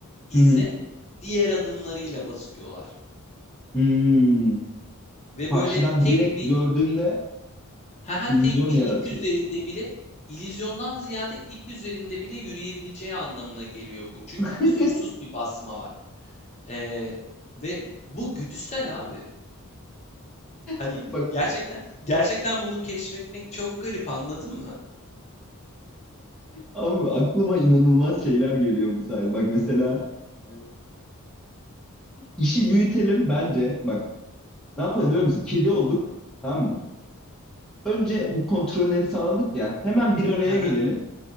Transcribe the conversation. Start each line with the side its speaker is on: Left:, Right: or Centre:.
Left: ize
Centre: Hı hı.
Left: diğer adımlarıyla basıyorlar.
Centre: Hmm.
Left: Ve
Centre: Karşıdan
Left: böyle tek
Centre: direkt
Left: bir
Centre: gördüğünde
Left: ha
Centre: illüzyon
Left: tek bir
Centre: yaratıyor.
Left: ip üzerinde bile illüzyondan ziyade ip üzerinde bile yürüyebileceği anlamına geliyor bu. Çünkü
Centre: <laughs>
Left: kusursuz bir basma var. Ee, ve bu güdüsel abi. Hani,
Centre: Ama Bak
Left: gerçekten gerçekten bunu keşfetmek çok garip, anladın mı?
Centre: abi aklıma inanılmaz şeyler geliyor bu sayede. Bak mesela e, işi büyütelim bence. Bak ne yapalım
Left: Hı hı.
Centre: biliyor musun? Kedi olduk. Tamam mı? Önce bu kontrolleri sağladık ya. Hemen bir araya
Left: Hı
Centre: gelelim
Left: hı.